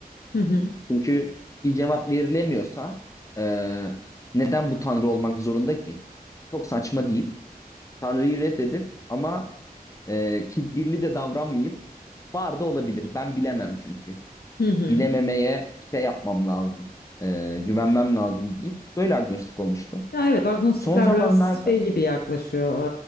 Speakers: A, on the left; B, on the left.
A: Hı hı.
B: Çünkü bir cevap verilemiyorsa e, neden bu Tanrı olmak zorunda ki? Çok saçma deyip Tanrı'yı reddedip ama e, kibirli de davranmayıp var da olabilir. Ben bilemem çünkü.
A: Hı hı.
B: Bilememeye şey yapmam lazım. E, güvenmem lazım deyip böyle agnostik olmuştum.
A: Ya evet agnostikler
B: Son zamanlarda
A: biraz şey gibi yaklaşıyor.